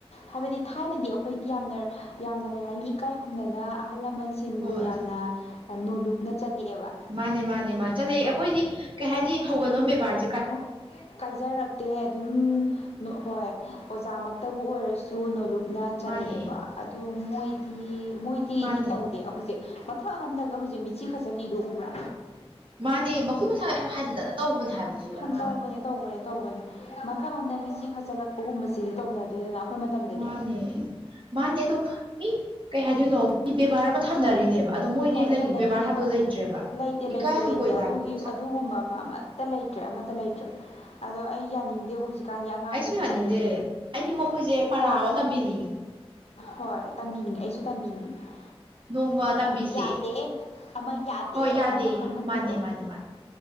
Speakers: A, on the left; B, on the right.
A: ꯍꯥꯏꯕꯗꯤ ꯊꯥꯏꯅꯗꯤ ꯑꯈꯣꯏꯗꯤ ꯌꯥꯝꯅꯔ ꯌꯥꯝꯅ ꯀꯩ ꯍꯥꯏꯅꯤ ꯏꯀꯥꯏ ꯈꯨꯝꯅꯅ ꯑꯍꯜ ꯂꯃꯟꯁꯤꯡꯕꯨ
B: ꯍꯣꯏ
A: ꯌꯥꯝꯅ ꯅꯣꯂꯨꯨꯞꯅ ꯆꯠꯂꯛꯑꯦꯕ
B: ꯃꯥꯅꯦ ꯃꯥꯅꯦ ꯃꯥꯅꯦ ꯆꯠꯂꯑꯦ ꯑꯈꯣꯏꯗꯤ ꯀꯩ ꯍꯥꯏꯅꯤ ꯊꯧꯒꯜꯂꯣꯟ ꯕꯦꯕꯥꯔ
A: ꯈꯣ ꯀꯥꯏꯖꯔꯛꯇꯦ ꯑꯗꯨꯝ ꯅꯣ ꯍꯣꯏ ꯑꯣꯖꯥꯃꯛꯇꯕꯨ ꯑꯣꯏꯔꯁꯨ ꯅꯣꯂꯨꯞꯅ ꯆꯠꯂꯦꯛꯑꯦꯕ
B: ꯃꯥꯅꯦ
A: ꯑꯗꯣ ꯃꯣꯏꯗꯤ ꯃꯣꯏꯗꯤ
B: ꯃꯥꯅꯦ
A: ꯇꯧꯗꯦ ꯑꯍꯨꯖꯤꯛ ꯃꯊꯛ ꯑꯍꯟꯗꯒ ꯍꯨꯖꯤꯛ ꯃꯤꯠꯆꯤ ꯈꯠꯆꯜꯂꯤꯗꯨ ꯎꯕ꯭ꯔꯥ
B: ꯃꯥꯅꯦ ꯃꯈꯨꯠ ꯃꯁꯥꯒ ꯌꯥꯝ ꯍꯟꯗꯅ ꯇꯧꯕꯅꯦ ꯍꯥꯏꯕ ꯍꯧꯖꯤꯛꯀꯥꯟ
A: ꯍꯟ
B: ꯑꯉꯥꯡꯈꯩ
A: ꯇꯧꯕꯅꯦ ꯇꯧꯕꯅꯦ ꯇꯧꯕꯅꯦ ꯃꯊꯛ ꯍꯟꯗ ꯃꯤꯆꯤ ꯈꯠꯆꯜꯂꯛꯄꯒꯨꯝꯕꯁꯤꯗꯤ ꯇꯧꯅꯗꯦꯗꯅ ꯑꯩꯈꯣꯏ ꯃꯇꯝꯗꯗꯤ
B: ꯃꯥꯅꯦ ꯃꯥꯅꯦ ꯑꯗꯣ ꯃꯤ ꯀꯩ ꯍꯥꯏꯗꯣꯏꯅꯣ ꯏ ꯕꯦꯕꯥꯔ ꯑꯃ ꯊꯝꯅꯔꯤꯅꯦꯕ
A: ꯍꯣꯏ
B: ꯑꯗꯣ ꯃꯣꯏꯗꯤ
A: ꯍꯣꯏ
B: ꯂꯩ
A: ꯊꯝꯅꯔꯤꯅꯦꯕ
B: ꯕꯦꯕꯥꯔ ꯍꯥꯏꯕꯗꯣ ꯂꯩꯇ꯭ꯔꯦꯕ
A: ꯂꯩꯇꯦ ꯂꯩꯇꯦ
B: ꯏꯀꯥꯏ
A: ꯂꯩꯇꯦ
B: ꯍꯪꯒꯣꯏꯕ
A: ꯑꯗꯨꯒꯤ
B: ꯍꯥꯏꯕꯗꯣ
A: ꯑꯗꯨꯒꯨꯝꯕ ꯑꯃ ꯑꯃꯠꯇ ꯂꯩꯇ꯭ꯔꯦ ꯑꯃꯠꯇ ꯂꯩꯇ꯭ꯔꯦ ꯑꯗꯣ ꯑꯩ ꯌꯥꯅꯤꯡ ꯗꯦꯕ ꯍꯨꯖꯤꯛꯀꯥꯟꯒꯤ ꯑꯉꯥꯡꯒꯩꯖꯦ
B: ꯑꯩ ꯁꯨꯝ ꯌꯥꯅꯤꯡꯗꯦ
A: ꯑꯩꯗꯤ
B: ꯑꯩꯗꯤ ꯃꯈꯣꯏꯖꯦ ꯄꯔꯥ ꯑꯃ ꯇꯝꯕꯤꯅꯤꯡꯉꯤ
A: ꯍꯣꯏ ꯇꯝꯕꯤꯅꯤꯡꯉꯦ ꯑꯩꯁꯨ ꯇꯝꯕꯤꯅꯤꯡꯉꯦ
B: ꯅꯣꯡꯃ ꯇꯝꯕꯤꯁꯦ
A: ꯍꯥꯏꯕꯗꯤ ꯌꯥꯗꯦ ꯑꯃ ꯌꯥꯗꯦ
B: ꯍꯣꯏ ꯌꯥꯗꯦ
A: ꯍꯥꯏꯕ ꯑꯃ ꯈꯪꯍꯟꯕꯗꯣ
B: ꯃꯥꯅꯦ ꯃꯥꯅꯦ ꯃꯥꯅꯦ